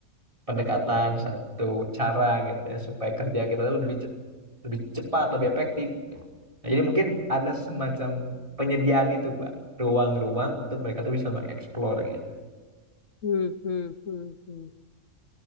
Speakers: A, on the right; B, on the left.
A: pendekatan, satu cara gitu ya supaya kerja kita tuh lebih ce- lebih cepat, lebih efektif. Nah, jadi mungkin ada semacam penyediaan itu, Pak, ruang-ruang untuk mereka tuh bisa mengeksplor gitu.
B: hmm, hmm, hmm, hmm.